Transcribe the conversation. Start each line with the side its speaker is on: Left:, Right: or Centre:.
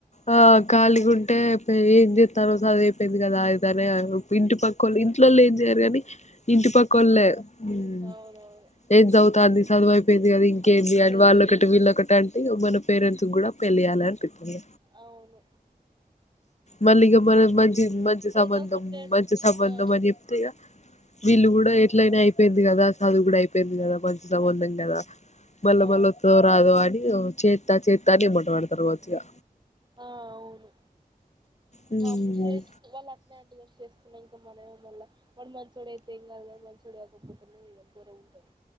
Left: ఆ, ఖాళీగుంటే ఎప్ ఏం చెస్తానవు? రోజు చదువు అయిపో అయిపోయింది కదా, అయితర్లే అని <unintelligible> ఇంటి పక్కలే, ఇంట్లోలు ఏం జేయరు కానీ. ఇంటి పక్కోళ్లు, హ్మ్.
Right: అవునవును
Left: ఏం జవుతంది? సదువు అయిపోయింది కదా, ఇంకేంది
Right: పెళ్ళి
Left: అని. వాళ్లు ఒకటి, వీళ్లు ఒకటే అంటే, ఇగ మన పేరెంట్స్ గూడ పెళ్లి అలర. పితింది.
Right: అవును.
Left: మళ్లీ ఇగ మనం మంచ. ఇది మంచి సంబంధం
Right: ఏదో ఒకటి నేర్చు
Left: మంచి, సంబంధం
Right: ఆ
Left: అని జెప్తే ఇగ. వీళ్లు గూడా,
Right: ఆ
Left: ఎట్లయినా అయిపోయింది కదా. సదువు గూడా అయిప పెళ్లి కదా, మంచి సంబంధం కదా? మల్లా
Right: ఆ
Left: మల్లా ఒత్తదో రాదో అని, ఇగ చేత్. అంత చేతర్ లే అన్, !!!!!!!!!! కావచ్చు ఇగ.
Right: ఆ అవును.
Left: మ్మ్
Right: వామో, చేస్తే వాళ్లు అతనే అంటా చేస్ చేస్తే. ఉన్నా ఇంకా మనే మల్లా, వాడు మంచోడు అయితే ఏం గాదు గానీ, మంచోడు కాకపోతేనే ఇంకోరే ఉంటది.